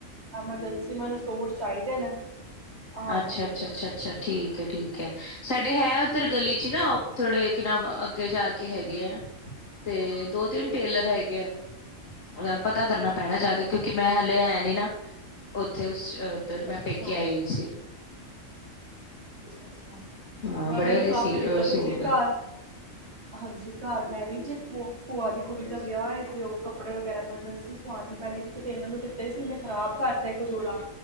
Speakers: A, on the right (about 55°); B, on the left (about 80°).
A: ਐਮਰਜੈਂਸੀ ਮੈਨੂੰ ਸੂਟ ਚਾਹੀਦੇ ਨੇ। ਹਾਂਜੀ।
B: ਅੱਛਾ-ਅੱਛਾ-ਅੱਛਾ-ਅੱਛਾ ਠੀਕ ਏ ਠੀਕ ਠੀਕ ਹੈ ਸਾਡੇ ਹੈ ਉੱਧਰ ਗਲੀ 'ਚ ਨਾ ਓ ਥੋੜੇ ਕਿ ਨਾਮ ਅੱਗੇ ਜਾ ਕੇ ਹੈਗੇ ਹੈ। ਤੇ ਦੋ ਤਿੰਨ ਟੇਲਰ
A: ਅੱਛਾ,
B: ਹੈਗੇ ਆ ਉਹਨਾਂ ਨੂੰ ਪਤਾ ਕਰਨਾ
A: ਅੱਛਾ,
B: ਪੈਣਾ ਜਾ ਕੇ ਕਿਉਂਕਿ ਮੈਂ ਹਲੇ ਹੈ ਨਾ ਉੱਥੇ ਉਸ ਉਧਰ
A: ਅੱਛਾ,
B: ਮੈਂ ਪੇਕੇ ਆਈ ਹੋਈ ਸੀ।
A: ਅੱਛਾ-ਅੱਛਾ
B: ਹਾਂ
A: ਮ
B: ਬੜੇ
A: ਮੈਨੂੰ
B: ਵਧੀਆ
A: ਕੰਮ
B: ਸੀ
A: ਦਿੱਤਾ ਤੁਸੀ
B: ਸੂਟ
A: ਘਰ ਹਾਂਜੀ ਘਰ ਮੈਂ ਨੀ ਜੇ ਭੂਆ ਦੀ ਕੁੜੀ ਦਾ ਵਿਆਹ ਤੇ ਓ ਕੱਪੜੇ ਵਗੈਰਾ ਐਮਰਜੈਂਸੀ ਸ ਹਾਂ ਪੈਲੇ ਕਿਸੇ ਟੇਲਰ ਨੂੰ ਦਿੱਤੇ ਸੀ ਉਹਨੇ ਖਰਾਬ ਕਰਤਾ ਇੱਕ ਜੋੜਾ